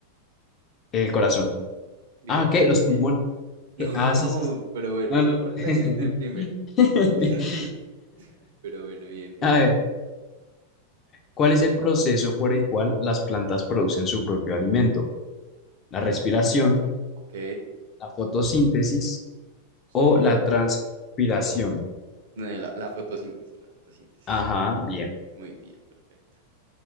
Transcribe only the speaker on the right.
Bien,
bien,
bien. <laughs> No,
pero bueno,
solo
porque
la dijiste de primera. <laughs> Pero bueno, bien, bien,
bien.
Ok,
sí.
Eh, La, la fotosíntesis, la fotosíntesis.
Muy bien, perfecto.